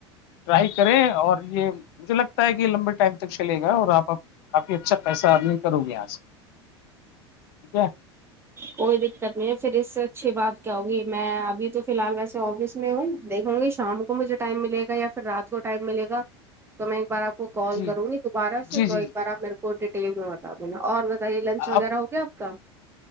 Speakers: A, on the left (about 60°); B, on the right (about 15°).
A: ٹرائی کریں اور یہ مجھے لگتا ہے کہ لمبے ٹائم تک چلے گا اور آپ کافی اچھا پیسہ ارنگ کرو گی یہاں سے ٹھیک ہے <unintelligible>
B: کوئی دقت نہیں ہے پھر اس سے اچھی بات کیا ہوگی میں ابھی تو فی الحال ویسے آفس میں ہوں دیکھوں گی شام کو مجھے ٹائم ملے گا یا پھر رات کو ٹائم ملےا تو میں ایک بار آپ کو کال
A: جی
B: کروں گی دوبارہ
A: جی
B: سے
A: جی
B: تو ایک
A: جی
B: بار آپ میرے کو ڈیٹیل میں بتا دینا اور کہی لنچ
A: آپ
B: وغیرہ ہو گیا آپ کا